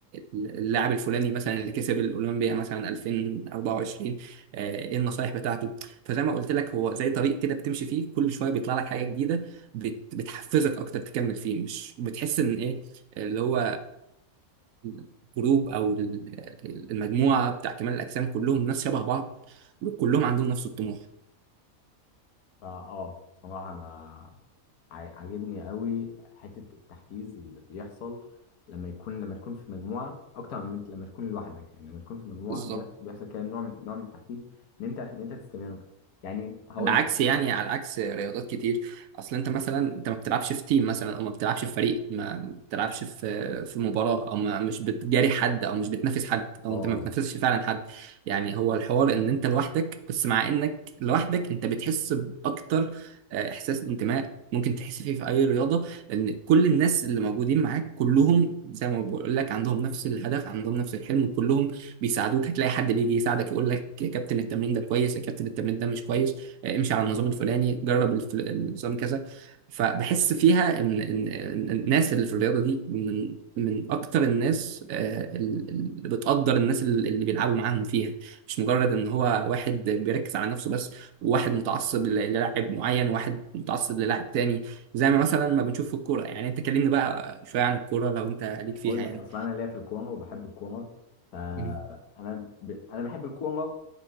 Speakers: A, on the right; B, on the left.
A: اللاعب الفلاني مثلا اللي كسب الاولمبيا مثلا 2024 آه، ايه النصايح بتاعته فزي ما قلت لك هو زي طريق كده بتمشي فيه كل شويه بيطلع لك حاجه جديده بت- بتحفزك اكتر تكمل فيه مش بتحس ان ايه اللي هو الجروب او ال- المجموعه بتاع كمال الاجسام كلهم ناس شبه بعض وكلهم عندهم نفس الطموح
B: فا اه بصراحه انا ع- عاجبني قوي حته التحفيز اللي بيحصل لما يكون لما تكون في مجموعه اكتر من لما تكون لوحدك يعني لما تكون في مجموعه
A: بالظبط
B: بيح- بيحصل كده نوع من نوع من التحفيز ان انت ان انت تستمر يعني هقول
A: على عكس
B: لك
A: يعني على عكس رياضات كتير اصل انت مثلا انت ما بتلعبش في تيم مثلا او ما بتلعبش في فريق ما بتلعبش في في مباراه او ما مش بتجاري حد او مش بتنافس حد او
B: اه آه.
A: انت ما بتنافسش فعلا حد يعني هو الحوار ان انت لوحدك بس مع انك لوحدك انت بتحس باكتر آه، احساس انتماء ممكن تحس فيه في اي رياضه لان كل الناس اللي موجودين معاك كلهم زي ما بقول لك عندهم نفس الهدف عندهم نفس الحلم كلهم بيساعدوك هتلاقي حد بيجي يساعدك يقول لك يا كابتن التمرين ده كويس يا كابتن التمرين ده مش كويس امشي على النظام الفلاني جرب الف- النظام كذا فبحس فيها ان ان إن الناس اللي في الرياضه دي من من اكتر الناس آه، ال- ال- اللي بتقدر الناس اللي اللي بيلعبوا معاهم فيها مش مجرد ان هو واحد بيركز على نفسه بس وواحد متعصب ل- للاعب معين وواحد متعصب للاعب تاني زي ما مثلا ما بنشوف في الكوره يعني انت كلمني بقى شويه عن الكوره لو انت ليك فيها
B: اقول لك
A: يعني
B: اصلا انا ليا في الكوره وبحب الكوره فانا
A: مم.
B: ب... انا بحب الكوره